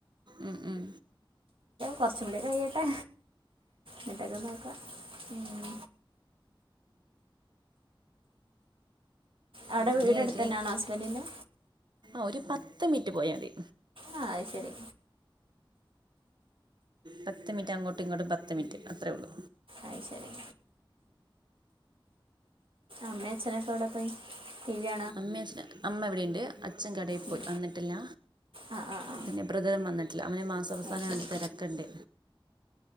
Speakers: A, on the right (about 55°); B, on the right (about 85°).
A: ഉം, ഉം.
B: കൊർച്ച്കൂടെകഴിയട്ടെ ന്ന്ട്ടക്കെ നോക്കാം ഉം അവ്ടെ വീട്
A: ഇനി
B: അടുത്തന്നാണോ
A: ഏതിന്
B: ഹസ്ബന്റിന്റെ
A: ഒരു പത്ത്മിനിറ്റ് പോയാതി
B: ആ ആഹ് ശരി
A: പത്ത്മിൻറ്റ് അങ്ങോട്ടും ഇങ്ങോട്ടും പത്ത്മിനിറ്റ് അത്രേള്ളൂ
B: അയ്ശരി അമ്മേം അച്ഛനൊക്കെവ്ടെ <unintelligible>
A: അമ്മേച്ചനോ അമ്മഇവ്ടെയ്ണ്ട് അച്ഛൻകടേപോയിവന്നിട്ടില്ല
B: ഉം. ആ ആ ആ
A: പിന്നെ ബ്രദറുംവന്നിട്ടില്ല അവന് മാസവസാനായോണ്ട്
B: അത് ശരി
A: തെരക്ക്ണ്ട്